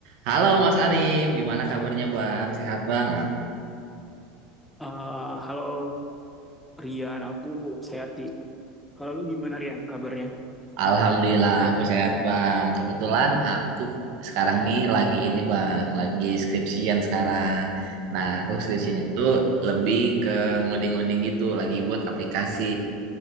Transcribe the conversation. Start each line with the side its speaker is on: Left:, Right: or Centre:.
Right: Halo Mas Arif, gimana kabarnya Bang? Sehat Bang?
Centre: Eh, halo Rian, aku Sayati. Kalau lu gimana Rian kabarnya?
Right: Alhamdulillah aku sehat Bang. Kebetulan aku sekarang nih lagi ini Bang, lagi skripsian sekarang. Nah, aku skripsinya
Centre: Oh,
Right: tuh lebih ke ngoding-ngoding gitu, lagi buat aplikasi.